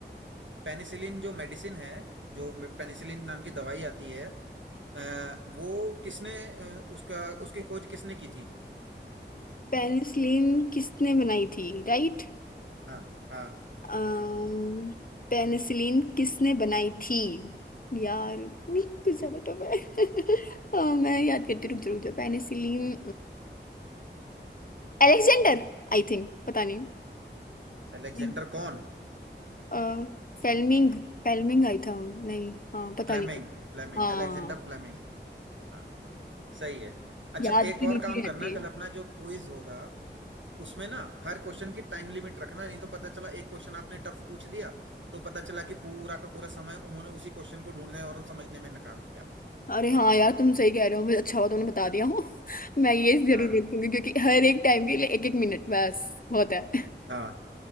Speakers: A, on the right; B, on the left.
A: पेनिसिलिन जो मेडिसिन है जो पेनिसिलिन नाम की दवाई आती है अ, वो किसने अ, उसका उसकी खोज किसने की थी
B: पेनिसिलिन किसने बनाई थी राइट
A: हाँ हाँ
B: अम्म पेनिसिलिन किसने बनाई थी यार कुछ ज्यादा टफ है <laughs> अ, मैं याद करती हूँ, रुक जा रुक जा पेनिसिलिन अलेक्जेंडर आई थिंक पता नहीं
A: अलेक्जेंडर
B: नहीं।
A: कौन
B: अ, फेल्मिंग फेल्मिंग आई था नहीं हाँ पता
A: Fleming
B: नहीं
A: Fleming
B: हाँ
A: Alexander Fleming हाँ सही है अच्छा
B: याद
A: एक
B: भी
A: और
B: नहीं
A: काम करना
B: रहती
A: कल अपना जो क्विज होगा उसमें ना हर क्वेश्चन की टाइम लिमिट रखना नहीं तो पता चला एक क्वेश्चन आपने टफ पूछ दिया तो पता चला कि पूरा का पूरा समय उन्होंने उसी क्वेश्चन को ढूंढने और समझने में निकाल दिया
B: अरे हाँ यार तुम सही कह रहे हो मुझे अच्छा हुआ तुमने बता दिया हो <laughs> मैं ये जरूर
A: हाँ
B: रखूंगी क्योंकि हर एक टाइम के लिए एक एक मिनट बस होता है
A: हाँ